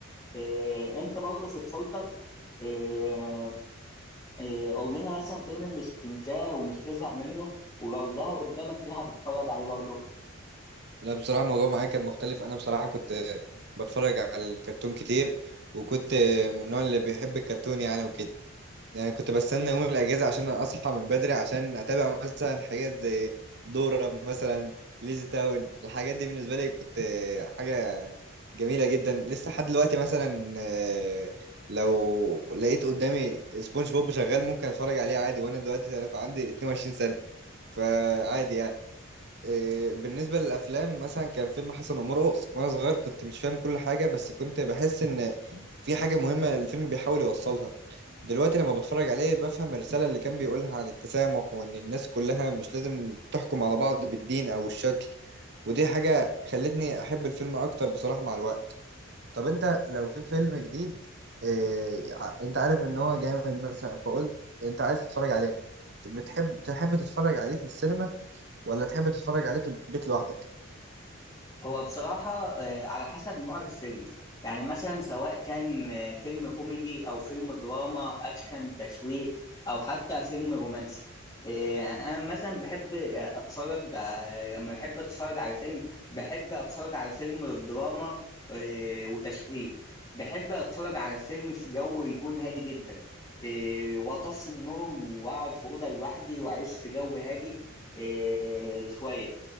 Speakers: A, on the left; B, on the right.
A: إيه انت برضه في طفولتك إيه إيه قول لنا مثلا فيلم مش بتنساه ومش بتزهق منه ولو ظهر قدامك تاني هتتفرج عليه برضه
B: لا بصراحة الموضوع معايا كان مختلف أنا بصراحة كنت بتفرج على الكرتون كتير وكنت من النوع اللي بيحب الكرتون يعني وكده يعني كنت بستنى يوم الأجازة عشان أصحى من بدري عشان أتابع مثلا حاجات زي دورة مثلا ليزي تاون الحاجات دي بالنسبة لي كنت حاجة جميلة جدا لسه لحد دلوقتي مثلا آه، لو لقيت قدامي سبونج بوب شغال ممكن اتفرج عليه عادي وانا دلوقتي انا عندي 22 سنة فعادي يعني آه، بالنسبة للأفلام مثلا كان فيلم حسن ومرقص وأنا صغير كنت مش فاهم كل حاجة بس كنت بحس إن في حاجة مهمة الفيلم بيحاول يوصلها دلوقتي لما بتفرج عليه بفهم الرسالة اللي كان بيقولها عن التسامح وإن الناس كلها مش لازم تحكم على بعض بالدين أو الشكل ودي حاجة خلتني أحب الفيلم أكتر بصراحة مع الوقت طب انت لو في فيلم جديد إيه ع- انت عارف ان هو جامد مثلا فقلت انت عايز تتفرج عليه بتحب تحب تتفرج عليه في السينما ولا تحب تتفرج عليه في البيت لوحدك
A: هو بصراحة آه، على حسب نوع الفيلم يعني مثلا سواء كان آه، فيلم كوميدي أو فيلم دراما أكشن تشويق أو حتى فيلم رومانسي آه، يعني أنا مثلا بحب آه، أتفرج على- لما بحب أتفرج على فيلم بحب أتفرج على فيلم دراما آه، وتشويق بحب أتفرج على فيلم في جو يكون هادي جدا آه، وأطفي النور وأقعد في أوضة لوحدي وأعيش في جو هادي آه، شوية